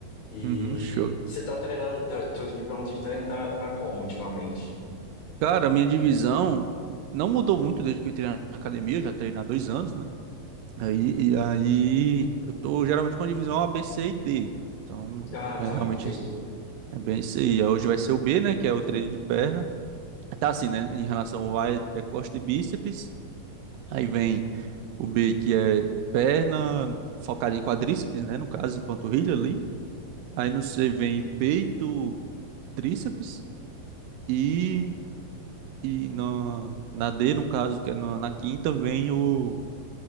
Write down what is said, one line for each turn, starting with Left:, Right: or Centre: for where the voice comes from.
Left: E
Right: Uhum, show.
Left: você tá treinando, tá, tua divisão de treino tá, tá como ultimamente?
Right: Cara, a minha divisão não mudou muito desde que eu entrei na academia, eu já treino há dois anos, né? Aí, e aí eu tô geralmente com a divisão A, B, C e D. Então,
Left: Ah, tá,
Right: é realmente
Left: entendi.
Right: isso. é bem isso aí. Hoje vai ser o B, né? Que é o treino de perna. Tá assim, né? Em relação ao A, é costa e bíceps. Aí vem O B, que é perna, focada em quadríceps, né? No caso, e panturrilha ali. Aí no C vem peito, tríceps. E, e na, na D, no caso, que é na, na quinta, vem o,